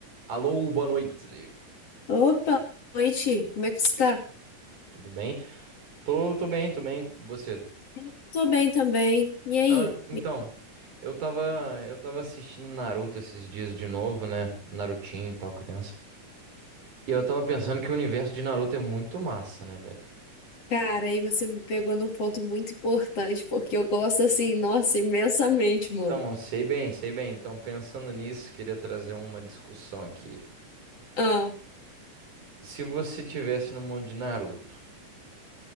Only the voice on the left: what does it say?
Opa, boa noite. Como é que você tá?
Eu Tô bem também. E aí?
Me-
Cara, aí você me pegou num ponto muito importante, porque eu gosto assim, nossa, imensamente, mano.
Ah,